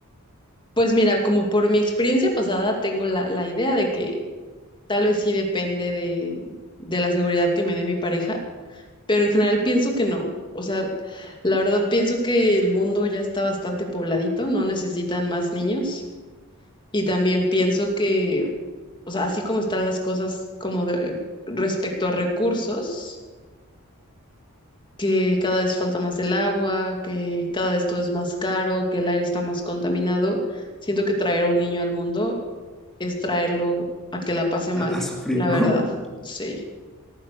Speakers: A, on the left; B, in the centre.
A: pues mira, como por mi experiencia pasada, tengo la, la idea de que tal vez sí depende de, de la seguridad que me dé mi pareja, pero en general pienso que no. O sea, la verdad pienso que el mundo ya está bastante pobladito, no necesitan más niños. Y también pienso que, o sea, así como están las cosas como de, respecto a recursos, que cada vez falta más el agua, que cada vez todo es más caro, que el aire está más contaminado. Siento que traer a un niño al mundo es traerlo a que la pase
B: A,
A: mal,
B: a sufrir,
A: la
B: ¿no?
A: verdad. Sí,